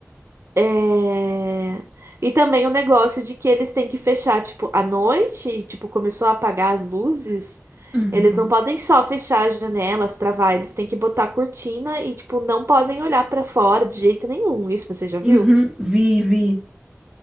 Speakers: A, on the right (about 55°); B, on the right (about 15°).
A: É, E também o negócio de que eles têm que fechar, tipo, à noite, tipo, começou a apagar as luzes.
B: uhum,
A: Eles não podem só fechar as janelas, travar, eles têm que botar a cortina e, tipo, não podem olhar pra fora de jeito nenhum. Isso você já viu?
B: uhum, vi, vi.